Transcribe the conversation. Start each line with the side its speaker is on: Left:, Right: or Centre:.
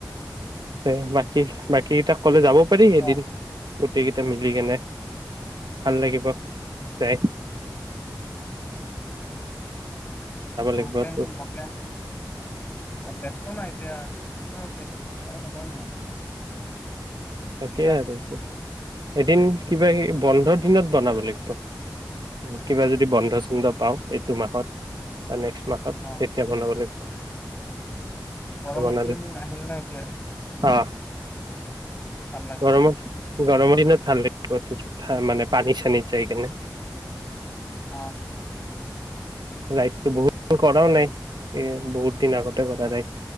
Right: এই বাকী বাকীটা কলে যাব পাৰি এদিন
Left: অ
Right: গোটেইকেইটা মিলি কেনে ভাল লাগিব দেই লাগিব
Left: প্লেনটো
Right: তোৰ।
Left: প্লেন ব্যস্ত নাই এতিয়া কেনে হৈছে এইটো আৰু সময় নহয়
Right: তাকে
Left: এতিয়া
Right: আৰু এদিন কিবা বন্ধৰ দিনত বনাব লাগিব উম কিবা যদি বন্ধ চন্ধ পাওঁ এইটো মাহত নেক্সট মাহত তেতিয়া
Left: অ
Right: বনাব লাগিব
Left: গৰমৰ
Right: বনালে
Left: দিন আহিল না এতিয়া
Right: অ
Left: ভাল লাগিব
Right: গৰমত
Left: যায়
Right: গৰমৰ দিনত ভাল লাগিব মানে পানী চানীত যায় খেনে
Left: আহ
Right: ৰাইতটো বহুত কৰাও নাই এ বহুত দিন আগতে কৰা
Left: ৰাইট
Right: ৰাইড